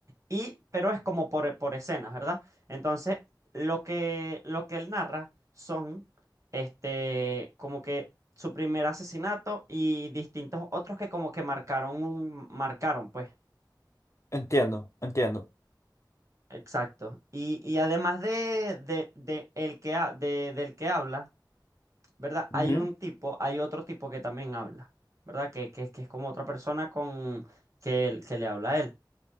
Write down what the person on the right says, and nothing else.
Y, pero es como por, por escenas, ¿verdad? Entonces, lo que, lo que él narra son, este, como que su primer asesinato y distintos otros que como que marcaron un, marcaron, pues.
Exacto. Y, y además de, de, de el que, ha- de, del que habla. ¿verdad?
Hay un tipo, hay otro tipo que también habla, ¿verdad? Que, que, que es como otra persona con que, él- que le habla a él.